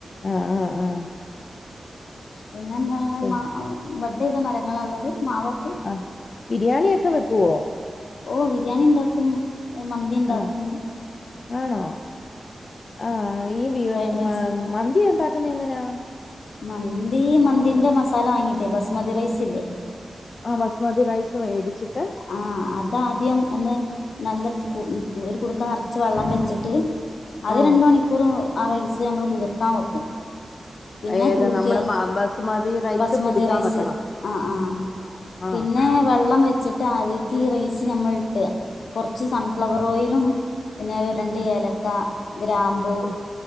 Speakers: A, on the left (about 50°); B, on the left (about 80°).
A: ആഹ് ആഹ് ആഹ്
B: പിന്നെ എന്തള്ള്
A: പി
B: മാവ് ബഡ്ഡെയ്ത മരങ്ങളാള്ളത് മാവൊക്കെ
A: അഹ് ബിരിയാണിയൊക്കെ വെക്കുവോ
B: ഓഹ് ബിരിയാണിണ്ടാക്കും മന്തിണ്ടാക്കും
A: ആഹ് ആണോ ആഹ് ഈ ബി
B: ഫ്രൈഡ് റൈസ്
A: മ മന്തി ഉണ്ടാക്കുന്നെ എങ്ങനാ
B: മന്തീ മന്തിന്റെ മസാല വാങ്ങീട്ടേ ബസ്മതി റൈസ് ഇല്ലേ
A: ആഹ് ബസ്മതി റൈസ് വേടിച്ചിട്ട്
B: ആഹ് അതാദ്യം ഒന്ന് നല്ല കു ഒരു കുടുക്ക നറച്ച് വെള്ളം വെച്ച്ട്ട് ആദ്യം
A: ആഹ്
B: രണ്ട് മണിക്കൂറ് ആ റൈസ് ഞമ്മള് കുതിർത്താം വെക്കും പിന്നെ
A: ഏത്
B: കുടുക്കേ
A: നമ്മുടെ ബ ബസുമതി റൈസ്
B: ബസ്മതി
A: കുതിക്കാൻ
B: റൈസ്
A: വെക്കണം
B: ആഹ് ആഹ്
A: ആഹ്
B: പിന്നെ വെള്ളം വെച്ച്ട്ട് ആദ്യക്ക് ഈ റൈസ് ഞമ്മൾട്ട് കൊറച്ച് സൺഫ്ലവർ ഓയിലും പിന്നെ ഒര് രണ്ട് ഏലക്ക ഗ്രാ മ്പു
A: ആഹ്